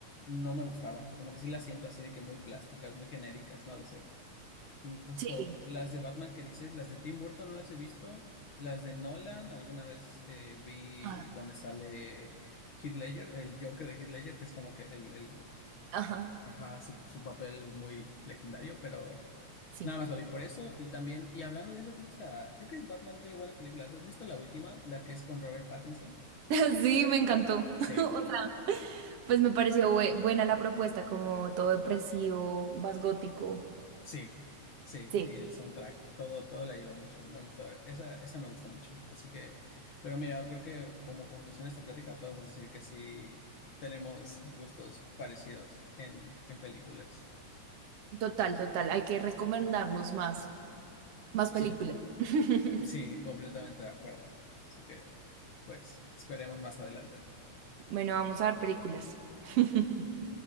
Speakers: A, on the left; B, on the right.
A: no me gustaban. Como que sí las siento así de que muy plásticas, muy genéricas, no lo sé. Y justo
B: Sí.
A: las de Batman que dices, las de Tim Burton no las he visto. Las de Nolan, alguna vez eh, vi
B: Ah,
A: donde sale Heath Ledger, el Joker de Heath Ledger, que es como que el, el
B: Ajá,
A: Ajá, su, su papel muy legendario, pero
B: sí.
A: nada más lo vi por eso. Y también, y hablando de eso, creo que está, creo que Batman ha tenido buenas películas. ¿Has visto la última, la que es con Robert Pattinson?
B: <laughs> Sí, me encantó.
A: Sí,
B: <laughs> O sea, pues me pareció bue- buena la propuesta, como todo depresivo, más gótico.
A: sí, sí.
B: Sí.
A: Y el soundtrack, todo, todo le ayudó mucho. Me gusta, esa, esa me gusta mucho. Así que, pero mira, creo que como conclusión de esta plática podemos decir que sí tenemos gustos parecidos en, en películas.
B: Total, total. Hay que recomendarnos más. Más películas.
A: Sí,
B: <laughs>
A: sí, completamente de acuerdo. Así que, pues, esperemos más adelante.
B: Bueno, vamos a ver películas. <laughs>